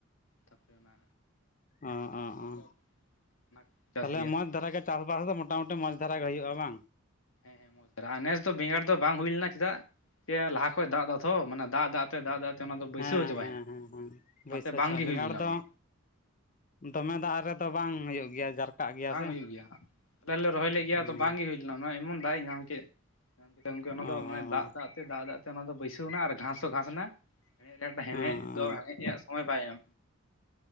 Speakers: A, on the left; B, on the left.
A: ᱛᱟᱯᱚᱨᱮ ᱚᱱᱟ
B: ᱚᱸᱚᱸᱚᱸ
A: ᱠᱷᱤᱨᱟ ᱠᱚ ᱚᱱᱟ ᱠᱚ ᱪᱟᱥ
B: ᱛᱟᱦᱞᱮ
A: ᱜᱮᱭᱟ
B: ᱢᱚᱸᱡᱽ ᱫᱷᱟᱨᱟ ᱜᱮ ᱪᱟᱥ <unintelligible> ᱫᱚ ᱢᱚᱴᱟᱢᱩᱴᱤ ᱢᱚᱸᱡᱽ ᱫᱷᱟᱨᱟ ᱜᱮ ᱦᱩᱭᱩᱜᱼᱟ ᱵᱟᱝ
A: ᱦᱮᱸ ᱦᱮᱸ ᱢᱚᱡᱽ ᱫᱷᱟᱨᱟ ᱟᱨ ᱱᱮᱥ ᱫᱚ ᱵᱮᱸᱜᱟᱲ ᱫᱚ ᱵᱟᱝ ᱦᱩᱭ ᱞᱮᱱᱟ ᱪᱮᱫᱟᱜ ᱦᱮᱸ ᱞᱟᱦᱟ ᱠᱷᱚᱡ ᱫᱟᱜ ᱫᱟᱜ ᱛᱷᱚ ᱢᱟᱱᱮ ᱫᱟᱜ ᱫᱟᱜ ᱛᱮ ᱫᱟᱜ ᱫᱟᱜ ᱛᱮ ᱚᱱᱟ ᱫᱚ ᱵᱟᱹᱭᱥᱟᱹᱣ
B: ᱦᱮᱸ
A: ᱪᱟᱵᱟᱭᱮᱱᱟ
B: ᱦᱮᱸ ᱦᱮᱸ ᱦᱮᱸ
A: ᱚᱱᱟᱛᱮ
B: ᱵᱟᱹᱭᱥᱟᱹ
A: ᱵᱟᱝᱜᱮ ᱦᱩᱭ
B: ᱵᱮᱸᱜᱟᱲ
A: ᱞᱮᱱᱟ
B: ᱫᱚ
A: ᱚᱱᱟ
B: ᱫᱚᱢᱮ ᱫᱟᱜ ᱨᱮᱫᱚ ᱵᱟᱝ ᱦᱩᱭᱩᱜ ᱜᱮᱭᱟ ᱡᱟᱨᱠᱟᱜ ᱜᱮᱭᱟ
A: ᱵᱟᱝ
B: ᱥᱮ
A: ᱦᱩᱭᱩᱜ ᱜᱮᱭᱟ ᱟᱞᱮ ᱞᱮ ᱨᱚᱦᱚᱭ ᱞᱮᱫ ᱜᱮᱭᱟ
B: ᱦᱩᱸ
A: ᱟᱫᱚ ᱵᱟᱝᱜᱮ ᱦᱩᱭ ᱞᱮᱱᱟ ᱮᱢᱚᱱ ᱫᱟᱜ ᱮ ᱧᱟᱢ ᱠᱮᱫ ᱜᱚᱢᱠᱮ ᱚᱱᱟ ᱫᱚ
B: ᱚ
A: ᱢᱟᱱᱮ
B: ᱚ ᱚ
A: ᱫᱟᱜ ᱫᱟᱜ ᱛᱮ ᱫᱟᱜ ᱫᱟᱜ ᱛᱮ ᱚᱱᱟ ᱫᱚ ᱵᱟᱹᱭᱥᱟᱹᱣ ᱮᱱᱟ ᱟᱨ ᱜᱷᱟᱥ ᱦᱚᱸ ᱜᱷᱟᱥ ᱮᱱᱟ ᱦᱮᱲᱦᱮᱫ ᱨᱮᱭᱟᱜ
B: ᱦᱮᱸ
A: ᱦᱮᱦᱮᱫ ᱫᱚ ᱦᱮᱲᱦᱮᱫ ᱨᱮᱭᱟᱜ ᱥᱚᱢᱚᱭ ᱵᱟᱭ <unintelligible> ᱜᱮᱭᱟ